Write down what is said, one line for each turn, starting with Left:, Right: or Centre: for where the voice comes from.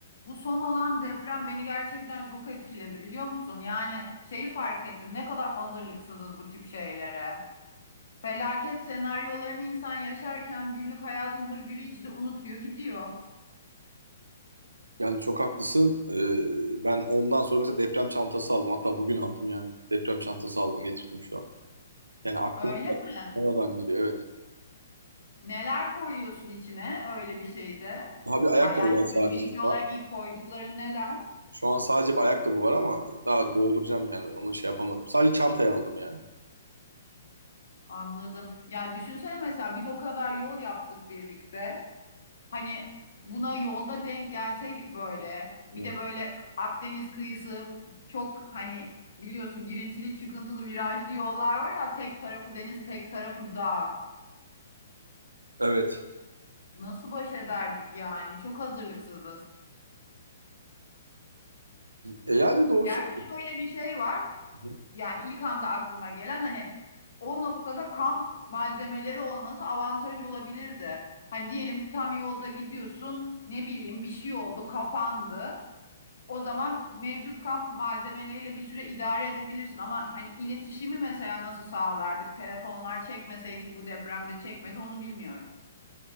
Left: Bu son olan deprem beni gerçekten çok etkiledi biliyor musun? Yani şeyi fark ettim ne kadar hazırlıksızız bu tip şeylere. Felaket senaryolarını insan yaşarken günlük hayatın hırgürü içinde unutuyor gidiyor.
Right: Yani çok haklısın. Ee, ben ondan sonra mesela deprem çantası aldım. Hatta bugün aldım yani. Deprem çantası aldım getirdim şu an. Yani aklımda
Left: Öyle mi?
Right: oradan geliyor evet.
Left: Neler koyuyorsun içine öyle bir şeyde?
Right: Daha bir ayakkabı
Left: Va- Yani
Right: var sadece
Left: öncelikli
Right: şu
Left: olarak
Right: an.
Left: ilk koydukların neler?
Right: Şu an sadece bir ayakkabı var ama daha dolduracağım yani. Onu şey yapamadım. Sadece çantayı aldım yani.
Left: Anladım. Ya düşünsene mesela biz o kadar yol yaptık birlikte. Hani buna yolda denk gelseydik böyle bir
Right: Hı.
Left: de böyle Akdeniz kıyısı çok hani biliyorsun girintili çıkıntılı virajlı yollar var ya tek tarafı deniz tek tarafı dağ.
Right: Evet.
Left: Nasıl baş ederdik yani? Çok hazırlıksızız.
Right: E, yani doğru
Left: Gerçi
Right: söylüyorsun.
Left: şöyle bir şey var.
Right: Hı hı.
Left: Yani ilk anda aklıma gelen hani o noktada kamp malzemeleri olması avantajı olabilirdi. Hani diyelim ki tam yolda gidiyorsun ne bileyim bir şey oldu kapandı. O zaman mevcut kamp malzemeleriyle bir süre idare edebilirsin ama hani iletişimi mesela nasıl sağlardık? Telefonlar çekmeseydi ki bu depremde çekmedi onu bilmiyorum.